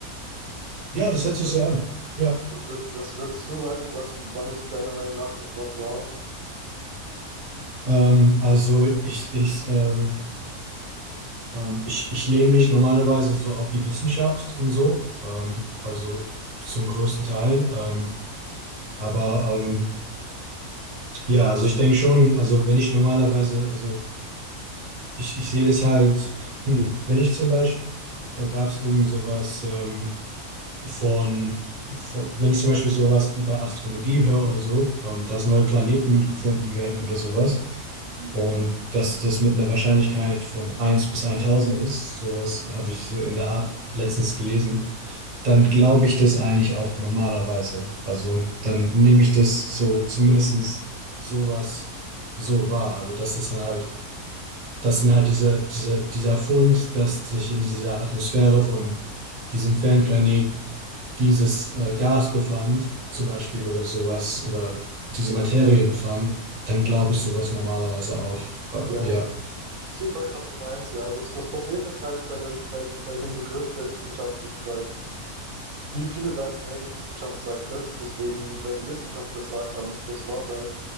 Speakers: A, on the right; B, on the right.
A: Ja, das hört sich
B: Ja.
A: so an. Ja.
B: Was würd was würdest du sagen, was wann ist deiner Meinung nach etwas wahr?
A: Ähm, also ich, ich, ähm, ähm, ich, ich lehne mich normalerweise so auf die Wissenschaft und so. Ähm, also zum größten Teil. Ähm, aber ähm, ja, also ich denke schon, also wenn ich normalerweise, also ich, ich sehe das halt, hm, wenn ich zum Beispiel, da gab es irgend sowas, ähm, von, von, wenn ich zum Beispiel sowas über Astrologie höre oder so, ähm, dass neue Planeten gefunden werden oder sowas und dass das mit einer Wahrscheinlichkeit von eins bis 1000 ist, sowas habe ich so in der Art letztens gelesen, dann glaube ich das eigentlich auch normalerweise. Also dann nehme ich das so zumindest sowas so wahr. Also dass es dann halt das sind halt diese, diese, dieser Fund, dass sich in dieser Atmosphäre von diesem Fernplanet dieses äh, Gas befand, zum Beispiel oder sowas, oder diese Materie befand, dann glaube ich sowas normalerweise auch. Äh,
B: Ja,
A: ja.
B: ich weiß, was du meinst, ja. Das das Problem ist halt bei der bei bei dem Begriff der Wissenschaft sozusagen. Viel viele sagen: „Hey, die Wissenschaft sagt das, deswegen, wenn die Wissenschaft das sagt, dann muss das wahr sein.“